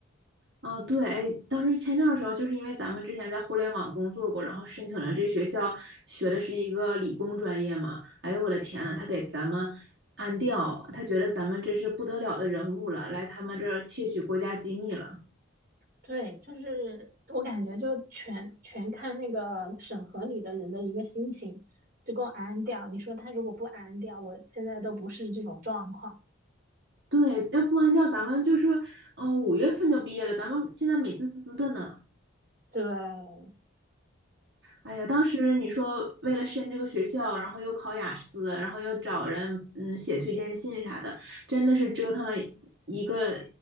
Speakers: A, on the right; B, on the right.
A: 嗯，呃对，哎，当时签证的时候，就是因为咱们之前在互联网工作过，然后申请了这学校，学的是一个理工专业嘛。哎呦，我的天呐，他给咱们安调，他觉得咱们这是不得了的人物了，来他们这儿窃取国家机密了。
B: 对，就是我感觉就全全看那个审核你的人的一个心情，就给我安掉。你说他如果不安掉，我现在都不是这种状况。
A: 对，要不安调，咱们就是，嗯、五月份就毕业了，咱们现在美滋滋的呢。
B: 对
A: 哎呀，当时你说为了申这个学校，然后又考雅思，然后又找人嗯写推荐信啥的，真的是折腾了一个